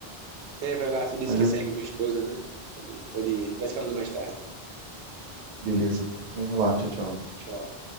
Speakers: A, on the right; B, on the right.
A: É, vai lá, tu disse
B: Mas
A: que
B: eu...
A: ia sair com tua esposa, né? Pode ir, pode ir. A gente vai se falando mais tarde.
B: beleza. Vou indo lá. Tchau, tchau.
A: Tchau.